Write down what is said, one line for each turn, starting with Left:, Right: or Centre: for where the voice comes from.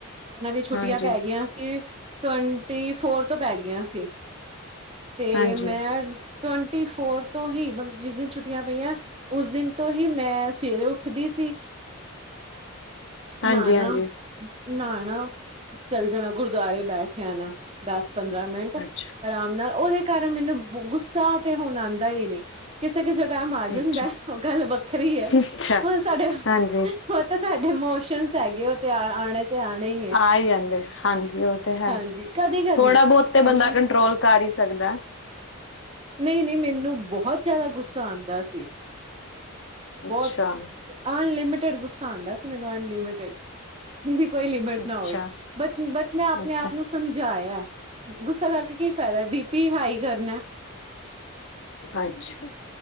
Right: ਇਹਨਾਂ ਦੀ ਛੁੱਟੀਆਂ
Left: ਹਾਂਜੀ
Right: ਪੈ ਗਈਆਂ। <unintelligible> ਟਵੰਟੀ ਫੋਰ ਤੋਂ ਪੈ ਗਈਆਂ ਸੀ ਤੇ
Left: ਹਾਂਜੀ
Right: ਮੈਂ ਟਵੰਟੀ ਫੋਰ ਤੋਂ ਹੀ <unintelligible> ਜਿਸ ਛੁੱਟੀਆਂ ਪਈਆਂ ਉਸ ਦਿਨ ਤੋਂ ਹੀ ਮੈਂ ਸਵੇਰੇ ਉੱਠਦੀ ਸੀ।
Left: ਹਾਂਜੀ
Right: ਨਾਣਾ,
Left: ਹਾਂਜੀ
Right: ਨਾਣਾ ਚੱਲ ਜਾਣਾ, ਗੁਰਦੁਆਰੇ ਬੈਠ ਆਨਾ ਦਸ -ਪੰਦਰਾਂ ਮਿੰਟ।
Left: ਅੱਛਾ
Right: ਆਰਾਮ ਨਾਲ ਉਹਦੇ ਕਾਰਨ ਮੈਨੂੰ ਗੁੱਸਾ ਤੇ ਹੁਣ ਆਉਂਦਾ ਹੀ ਨਹੀਂ ਕਿਸੇ, ਕਿਸੇ ਟਾਈਮ ਆ ਜਾਂਦਾ
Left: ਅੱਛਾ
Right: ਉਹ ਗੱਲ ਵੱਖਰੀ ਹੈ।
Left: ਅੱਛਾ
Right: ਹਣ ਸਾਡੇ ਉਹ
Left: ਹਾਂਜੀ
Right: ਤਾਂ ਸਾਡੇ ਇਮੋਸ਼ਨ ਹੈਗੇ ਉਹ ਤੇ ਆਣੇ ਤੇ ਆਣੇ ਐ
Left: ਆ ਹੀ ਆਦੇ ਹਾਂਜੀ ਉਹ ਤੇ ਹੈ,
Right: ਹਾਂਜੀ ਕਦੀ-ਕਦੀ
Left: ਥੋੜਾ ਬਹੁਤ ਤੇ
Right: ਇਨਾ
Left: ਬੰਦਾ ਕੰਟਰੋਲ ਕਰ ਹੀ ਸਕਦਾ।
Right: ਨਹੀਂ, ਨਹੀਂ ਮੈਨੂੰ ਬਹੁਤ ਜ਼ਿਆਦਾ ਗੁੱਸਾ ਆਉਂਦਾ ਸੀ, ਬਹੁਤ
Left: ਅੱਛਾ
Right: ਅਨਲਿਮਿਟਿਡ ਗੁੱਸਾ ਆਉਂਦਾ ਸੀ ਮੈਨੂੰ ਅਨਲਿਮਿਟਿਡ। ਜਿਦੀ ਕੋਈ ਲਿਮਿਟ
Left: ਅੱਛਾ
Right: ਨਾ ਹੋਵੇ, ਬਟ -ਬਟ ਮੈਂ ਆਪਣੇ
Left: ਅੱਛਾ
Right: ਆਪ ਨੂੰ ਸਮਝਾਇਆ। ਗੁੱਸਾ ਕਰਕੇ ਕੀ ਫਾਇਦਾ, ਬੀ ਪੀ ਹਾਈ ਕਰਨਾ।
Left: ਅੱਛਾ।